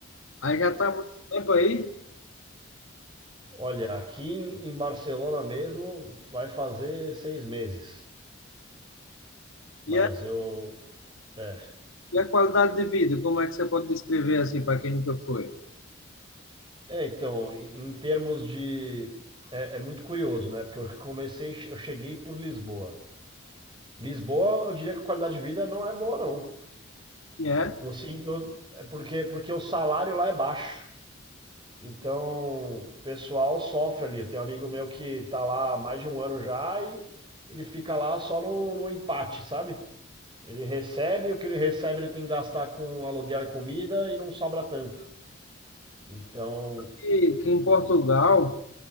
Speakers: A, on the left; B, on the right.
A: Aí já está há muito tempo aí.
B: Olha, aqui em em Barcelona mesmo vai fazer seis meses, mas
A: E a,
B: eu é,
A: e a qualidade de vida, como é que você pode descrever assim para quem nunca foi?
B: É, então, em em termos de. É, é muito curioso, né? Porque eu comecei, eu cheguei por Lisboa. Lisboa, eu diria que a qualidade de vida não é boa, não.
A: E é
B: Eu, Assim, no- é porque, porque o salário lá é baixo. Então, o pessoal sofre ali. Tem um amigo meu que tá lá há mais de um ano já e ele fica lá só no, no empate, sabe? Ele recebe, o que ele recebe ele tem que gastar com aluguel e comida e não sobra tanto. Então,
A: que, que em Portugal,